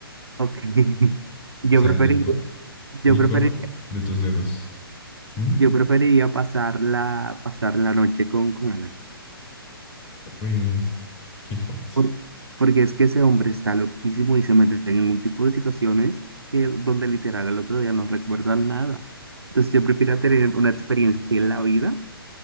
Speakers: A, on the right; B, on the left.
A: ok, <laughs> yo
B: O sea,
A: preferiría,
B: lico-
A: yo
B: licor
A: preferiría,
B: de tus dedos. ¿Mm?
A: yo preferiría pasar la, pasar la noche con, con Alan.
B: Uy, qué hot.
A: Por- porque es que ese hombre está loquísimo y se mete en un tipo de situaciones que donde literal al otro día no recuerdan nada. Entonces yo prefiero tener una experiencia así en la vida